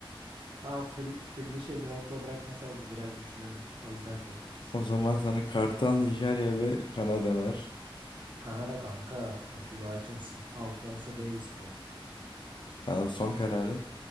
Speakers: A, on the right; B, on the left.
A: Ha Fil Fildişi Drogba bırakmasaydı biraz düşünürdüm. O yüzden Portekiz.
B: O zaman sana Kartal, Nijerya ve Kanada var.
A: Kanada kanka. Atiba Hutchinson. Alphonso Davies bir de.
B: Kanada son kararın.